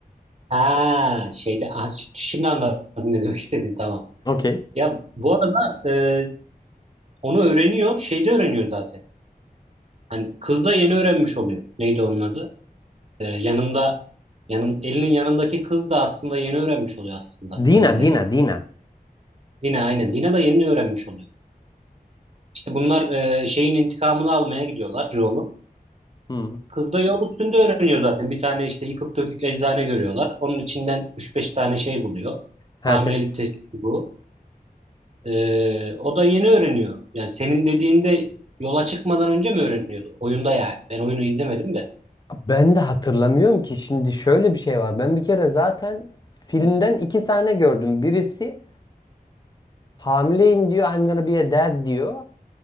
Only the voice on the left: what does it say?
Okey.
Dina,
Dina, Dina.
Hmm.
Ha
test.
Ben de hatırlamıyorum ki şimdi şöyle bir şey var. Ben bir kere zaten filmden iki sahne gördüm. Birisi hamileyim diyor, I'm gonna be a dad diyor.